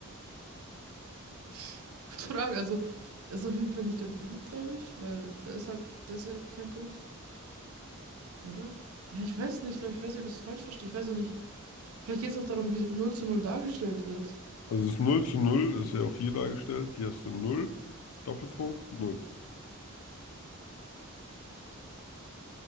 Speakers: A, on the right; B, on the left.
A: <laughs> Gute Frage. Also, ist auf jeden Fall nicht der Punkt, glaube ich, weil da ist halt, das ist ja kein Punkt, oder? Ja, ich weiß nicht, glaube ich, weiß nicht, ob ich es falsch verstehe. Ich weiß auch nicht. Vielleicht geht es auch darum, wie so null zu null dargestellt wird.
B: Also das null zu null, ist ja auch hier dargestellt. Hier hast du null Doppelpunkt, null.